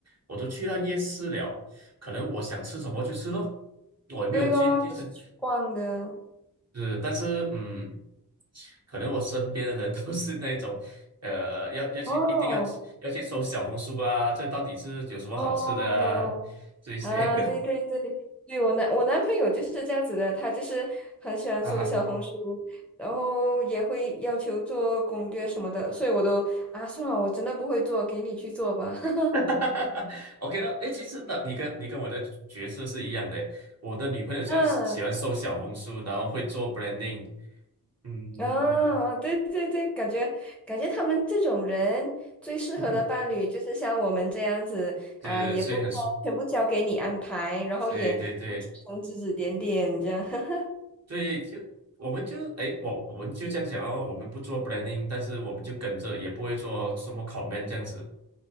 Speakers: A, on the right; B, in the centre.
A: 我都去到夜市了，可能我想吃什么就吃咯，我也没有经济识，
B: 对咯，都是去逛的。
A: 是，但是嗯，可能我身边的人都是那种。<laughs> 呃，要要去，
B: 哦
A: 一定要去要去搜小红书啊，这到底是有什么好吃的啊？
B: 哦，
A: 这一些
B: 啊，对对对，对我男我男朋友就是这样子的，他就是很喜欢搜小红书，
A: <laughs> 啊，
B: 然后也会要求做攻略什么的，所以我都啊算了，我真的不会做，给你去做吧。<laughs>
A: <laughs> 哈哈哈 OK 了，诶，其实呢，你跟你跟我的角色是一样的。我的女朋友就是喜欢搜小红书，
B: 嗯，
A: 然后会做 branding，嗯，
B: 啊，对对对，感觉感觉他们这种人最适合的伴侣就是像我们这样子啊，
A: <laughs> 对，
B: 也不全部交给你安排，
A: 所以很，
B: 然后也不出声指指点点这样，
A: 对对对，
B: <laughs>
A: 所以就我们就诶，我我们就这样讲哦，我们不做 branding，但是我们就跟着，也不会做什么 comment 这样子，